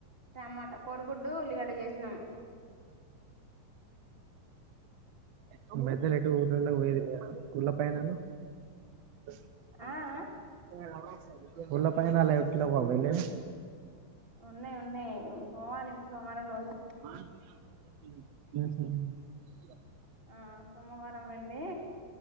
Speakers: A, on the right; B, on the right.
A: టమాటా కోడిగుడ్డు ఉల్లిగడ్డ చేసినాం
B: హ్మ్మ్ మద్ద్యలో ఎటూ ఊర్లలకు పోయేది లేదా ఊర్ళ పైనలు <inaudible>
A: ఆ ఆ
B: ఉల్ల పైనలు ఎటు లేవా వెళ్లేవి
A: ఉన్నాయి ఉన్నాయి పోవాలి సోమవారం రోజు
B: <inaudible>
A: ఆ సోమవారం వెళ్లి